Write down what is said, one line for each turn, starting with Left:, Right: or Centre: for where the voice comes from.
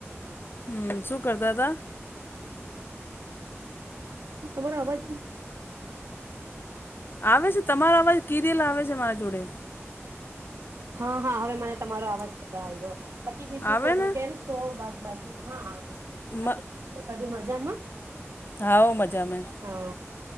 Left: હમ શું કરતા તા?
Right: તમારો અવાજ
Left: આવે છે તમારો અવાજ કિ રેલ આવે છે મારા જોડે.
Right: હા હા હવે મને તમારો અવાજ આવ્યો. બાકી બીજું
Left: આવે
Right: બોલો
Left: ને
Right: કેમ છો બાકી હા આવે છે,
Left: મ
Right: બાકી બી કે બધું મજામાં?
Left: હા હો મજા મે.
Right: હા